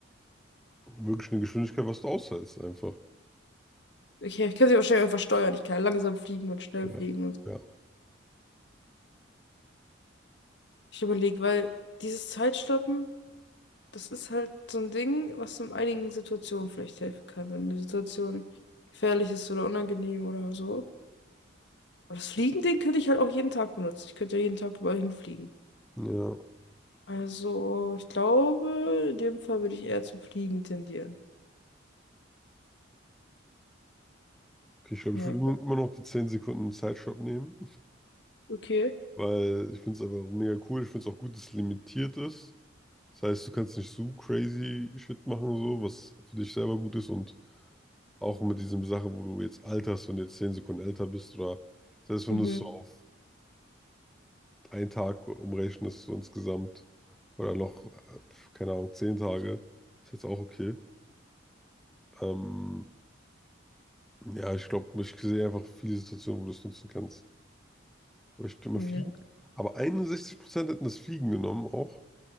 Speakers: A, in the centre; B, on the left.
A: wirklich eine Geschwindigkeit, was du aushältst, einfach.
B: Ich, ich kann sie wahrscheinlich einfach steuern. Ich kann langsam fliegen und schnell
A: Ja,
B: fliegen und so.
A: ja,
B: Ich überlege, weil dieses Zeitstoppen. Das ist halt so ein Ding, was in einigen Situationen vielleicht helfen kann, wenn eine Situation gefährlich ist oder unangenehm oder so. Aber das Fliegen-Ding könnte ich halt auch jeden Tag benutzen. Ich könnte ja jeden Tag überall hinfliegen.
A: ja.
B: Also, ich glaube, in dem Fall würde ich eher zum Fliegen tendieren.
A: Okay, ich glaube,
B: Ja,
A: ich würde immer noch die zehn Sekunden Zeitstopp nehmen,
B: okay.
A: weil ich finde es einfach mega cool. Ich finde es auch gut, dass es limitiert ist. Das heißt, du kannst nicht so crazy Shit machen, so, was für dich selber gut ist und auch mit diesem Sache, wo du jetzt alterst, wenn du jetzt 10 Sekunden älter bist oder selbst wenn
B: Mhm.
A: du es so einen Tag umrechnen, ist so insgesamt, oder noch, äh, keine Ahnung, zehn Tage, ist jetzt auch okay. Ähm, ja, ich glaube, ich sehe einfach viele Situationen, wo du es nutzen kannst. Aber ich stimme
B: Ja,
A: Fliegen. Aber 61% hätten das Fliegen genommen auch.